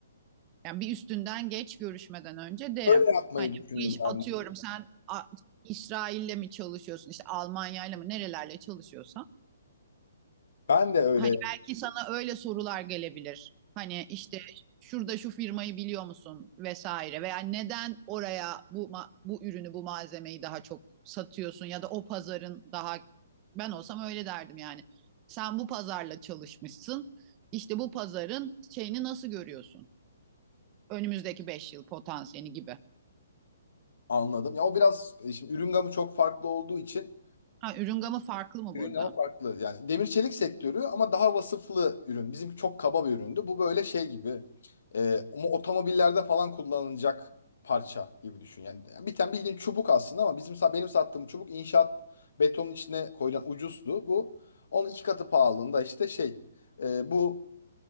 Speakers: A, on the right; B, on the left.
A: Yani bir üstünden geç görüşmeden önce derim.
B: Öyle yapmayı
A: Hani
B: düşündüm
A: bu iş
B: ben.
A: atıyorum sen A- İsrail'le mi çalışıyorsun işte Almanya'yla mı nerelerle çalışıyorsan.
B: Ben de öyle
A: Hani belki sana öyle sorular gelebilir. Hani işte şurada şu firmayı biliyor musun vesaire veya neden oraya bu ma- bu ürünü bu malzemeyi daha çok satıyorsun ya da o pazarın daha ben olsam öyle derdim yani. Sen bu pazarla çalışmışsın. İşte bu pazarın şeyini nasıl görüyorsun? önümüzdeki 5 yıl potansiyeli gibi.
B: Anladım. Ya o biraz e, şimdi ürün gamı çok farklı olduğu için
A: Ha, ürün gamı farklı mı
B: ürün
A: burada?
B: gamı farklı. Yani demir çelik sektörü ama daha vasıflı ürün. Bizimki çok kaba bir üründü. Bu böyle şey gibi. e, ama otomobillerde falan kullanılacak parça gibi düşün. Yani, yani bir tane bildiğin çubuk aslında ama bizim sa- benim sattığım çubuk inşaat betonun içine koyulan ucuzdu. Bu onun iki katı pahalılığında işte şey e, bu